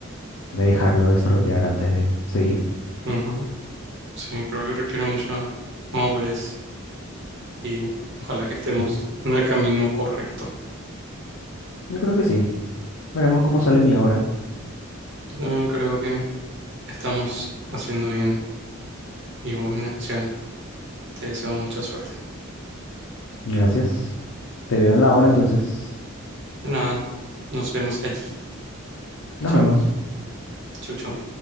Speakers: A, on the left; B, on the right.
A: de dejarlo desarrollar antes de seguir.
B: ujú, sí, creo que requiere mucha madurez y ojalá que estemos
A: Y
B: en el camino correcto.
A: yo creo que sí. Veremos cómo sale mi obra.
B: Yo también creo que estamos haciendo bien y vos en especial. Te deseo mucha suerte.
A: Gracias. Te veo en la obra entonces.
B: De nada, nos vemos allí.
A: Nos
B: Chao,
A: vemos.
B: chau, chau.